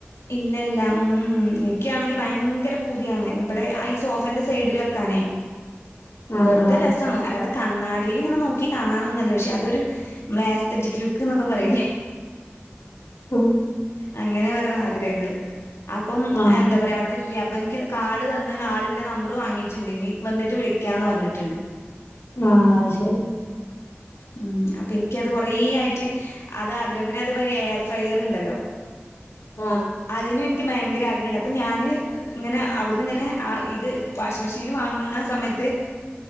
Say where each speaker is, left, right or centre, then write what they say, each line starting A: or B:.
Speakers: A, on the left (about 80°); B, on the left (about 75°).
A: ഇല്ല ഇല്ല ഉ നിക്കണെങ്കി ഭയങ്കര പൂതിയണ് ഇവിടെ ഐസ് ഓഫന്റെ സൈഡിൽ വെക്കാനെ
B: ആഹ്
A: വെറുതെ
B: ആഹ്
A: രസം അല്ലാതേ കണ്ണാടിൽ ഇങ്ങനെ നോക്കി കാണാനന്നല്ലോ പക്ഷെ അതൊരു മേസ്തറ്റിക് ലുക്ക് എന്നൊക്കെ പറയില്ലേ
B: ആ
A: അങ്ങനെ ഓരോ ആഗ്രഹങ്ങള് അപ്പം
B: ആഹ്
A: എന്താ പറയാ അവിടെ ഇല്ല്യ അപ്പൊ എനിക്ക് കാട് തന്ന് ഇന്റെ നമ്പർ വാങ്ങിട്ടുണ്ട് ഇനി വന്നിട്ട് വിളിക്കാന്ന് പറഞ്ഞിട്ടുണ്ട്
B: ആ ശരി
A: ഉം അപ്പൊ എനിക്ക് അത് കൊറേ ആയിട്ട് അത് ആഗ്രഹം പിന്നെ അതേമാതിരി എയർ ഫയർ ഉണ്ടല്ലോ
B: ആഹ്
A: അതിനും എനിക്ക് ഭയങ്കര ആഗ്രഹംണ്ട് അപ്പൊ ഞാന് ഇങ്ങനെ അവിടുന്ന്ങ്ങനെ ആ ഇത് വാഷിംഗ മെഷീൻ വാങ്ങണ ആ സമയത്ത്